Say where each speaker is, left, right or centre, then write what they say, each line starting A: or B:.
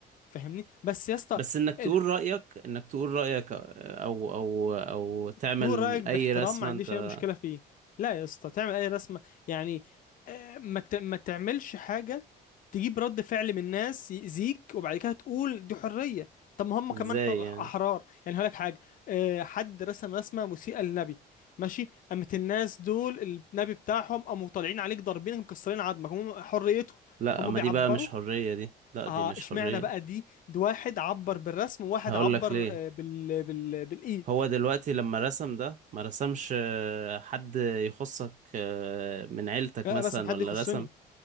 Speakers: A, on the left; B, on the right.
A: فهمني بس يا اسطى
B: بس انك تقول
A: ال-
B: رأيك انك تقول رأيك آه، او او او تعمل
A: تقول رايك باحترام
B: اي رسمة
A: ما عنديش
B: انت
A: اي مشكله فيه لا يا اسطى تعمل اي رسمه يعني آه، ما ت- ما تعملش حاجه تجيب رد فعل من الناس يأذيك وبعد كده تقول دي حريه طب ما هم
B: ازاي
A: كمان ح-
B: يعني
A: احرار يعني هقول لك حاجه آه، حد رسم رسمه مسيئه للنبي ماشي قامت الناس دول النبي بتاعهم قاموا طالعين عليك ضاربينك مكسرين عظمك هم حريتهم
B: لا
A: هم
B: ما
A: بيعبروا
B: دي بقى مش حرية دي لا دي
A: اه
B: مش
A: اشمعنى
B: حرية
A: بقى دي ده واحد عبر بالرسم وواحد
B: هقول
A: عبر
B: لك ليه
A: آه، بال... بال... بالايد
B: هو دلوقتي لما رسم ده ما رسمش آه، حد يخصك آه، من عيلتك
A: لا
B: مثلا
A: رسم حد
B: ولا
A: يخصني
B: رسم